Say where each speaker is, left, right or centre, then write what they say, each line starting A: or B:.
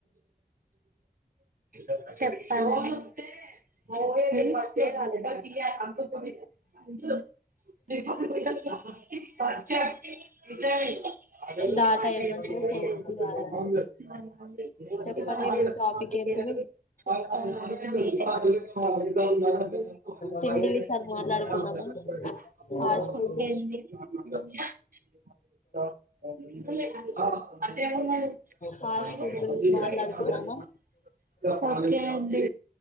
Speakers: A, on the right; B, on the left.
A: చెప్పా
B: డాటా ఏమంటారో చేయబుద్ధి కాలే చెప్పండి ఈరోజు టాపిక్ ఏంటిది
A: ఓకే
B: తిండి విషయాలు మాట్లాడుకుందామా
A: అండి,
B: ఫాస్ట్ ఫుడ్
A: <inaudible>
B: ఫాస్ట్ ఫుడ్ గురించి మాట్లాడుకుందామా
A: ఓకే అండి